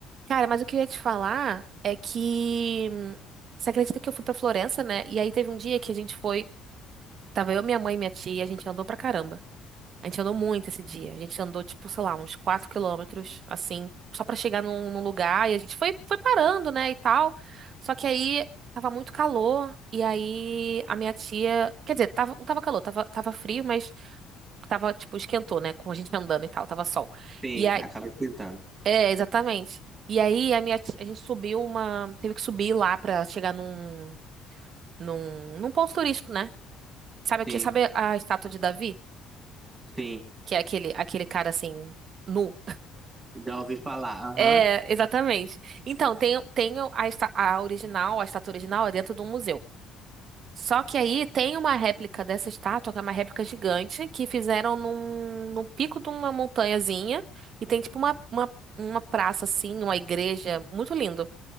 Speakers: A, on the right; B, on the right.
A: Cara, mas o que eu ia te falar é que. hum, Você acredita que eu fui pra Florença, né? E aí teve um dia que a gente foi. Tava eu, minha mãe e minha tia, a gente andou pra caramba. A gente andou muito esse dia. A gente andou, tipo, sei lá, uns 4 quilômetros, assim, só pra chegar num, num lugar. E a gente foi, foi parando, né, e tal. Só que aí tava muito calor. E aí a minha tia. Quer dizer, tava, não tava calor, tava, tava frio, mas tava, tipo, esquentou, né? Com a gente andando e tal, tava sol.
B: Sim,
A: E aí
B: acaba esquentando.
A: É, exatamente. E aí a minha, ti- a gente subiu uma, teve que subir lá pra chegar num, num, num ponto turístico, né? Sabe aqui,
B: Sim,
A: sabe a estátua de Davi,
B: sim.
A: que é aquele aquele cara assim nu?
B: Já ouvi falar. Aham.
A: É, exatamente. Então, tem, tem a, esta- a original, a estátua original é dentro de um museu. Só que aí tem uma réplica dessa estátua, que é uma réplica gigante, que fizeram num, num pico de uma montanhazinha, e tem tipo uma, uma, uma praça assim, uma igreja, muito lindo.